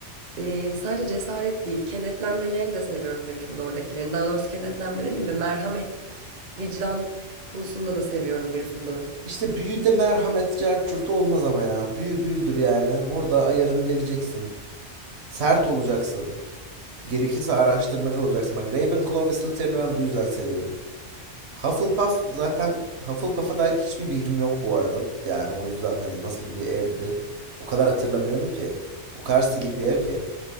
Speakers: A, on the right; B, on the right.
A: e, sadece cesaret değil kenetlenmelerini de seviyorum Gryffindor'dakilerin. Daha doğrusu kenetlenme demeyeyim de merhamet, vicdan konusunda da seviyorum Gryffindor'u.
B: İşte büyüde merhamet cart curt olmaz ama ya. Büyü büyüdür yani. Orada ayarını vereceksin. Sert olacaksın. Gerekirse araştırmacı olacaksın. Bak Ravenclaw ve Slytherin'i ben bu yüzden seviyorum. Hufflepuff zaten Hufflepuff'a dair hiçbir bilgim yok bu arada. Yani o yüzden hani nasıl bir evdi o kadar hatırlamıyorum ki. O kadar silik bir ev ki.